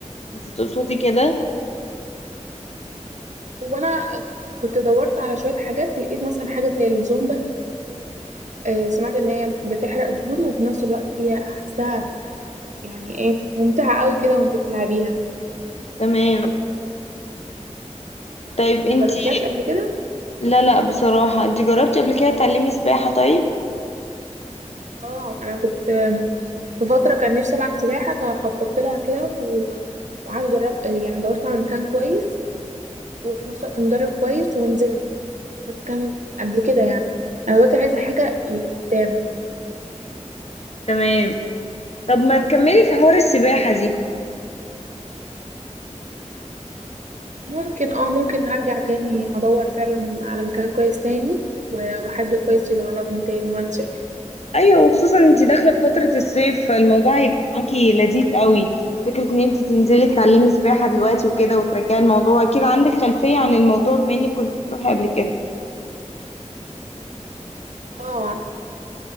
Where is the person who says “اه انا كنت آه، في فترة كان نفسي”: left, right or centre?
Right